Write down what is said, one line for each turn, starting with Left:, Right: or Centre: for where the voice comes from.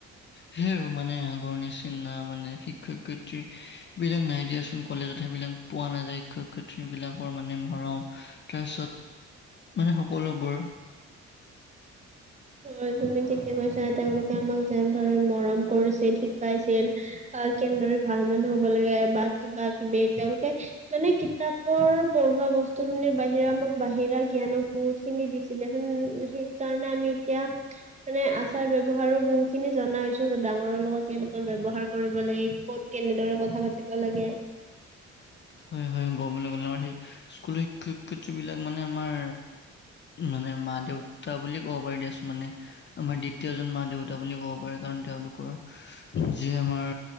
Left: সেই আৰু মানে আগৰ নিচিনা মানে শিক্ষক-শিক্ষয়ত্ৰীৰ বিলাক নাই দিয়াচোন। কলেজত সেইবিলাক পোৱা নাযায় শিক্ষক-শিক্ষয়িত্ৰী বিলাকৰ মানে মৰম। তাৰপিছত, মানে সকলোবোৰ।
Right: হয়, তুমি ঠিকে কৈছা। তেওঁলোকে আমাক যেনেধৰণে মৰম কৰিছিল, শিকাইছিল। বা কেনেদৰে ভাল মানুহ হ'ব লাগে বা কিবাকিবি। তেওঁলোকে মানে কিতাপ- পৰ পঢ়োৱা বস্তুখিনিৰ বাহিৰা মোক বাহিৰা জ্ঞানো বহুত খিনি দিছিলে। সেই ম' সেই কাৰণে আমি এতিয়া মানে আচাৰ-ব্যৱহাৰো বহু খিনি জনা হৈছোঁ ডাঙৰৰ লগত কেনেকুৱা ব্যৱহাৰ কৰিব লাগে, ক'ত কেনেদৰে কথা পাতিব লাগে।
Left: হয় হয়। ক'বলৈ গ'লে মানে সেই স্কুলৰ শিক্ষক-শিক্ষয়িত্ৰী বিলাক মানে আমাৰ মানে মা-দেউতা বুলি ক'ব পাৰি দিয়াচোন মানে আমাৰ দ্বিতীয়জন মা-দেউতা বুলি ক'ব পাৰে। কাৰণ তেওঁলোকৰ যি আমাৰ